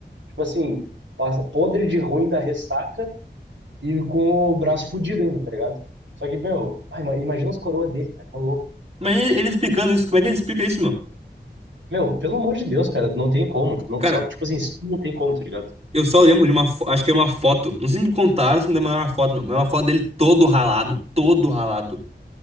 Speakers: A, on the right (about 80°); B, on the right (about 35°).
A: Tipo assim, passa podre de ruim da ressaca e com o braço fudido ainda, tá ligado? Só que, meu, ai, ima- imagina os coroas dele, cara, tá louco.
B: Mas ele, ele explicando isso, como é que ele explica isso, meu?
A: Meu, pelo amor de Deus, cara, não tem como. Não,
B: Cara,
A: só, tipo assim, isso não tem como, tá ligado?
B: eu só lembro de uma, fo- acho que é uma foto. Não sei se me contaram, se me mandaram uma foto, meu. Mas é uma foto dele todo ralado, todo ralado.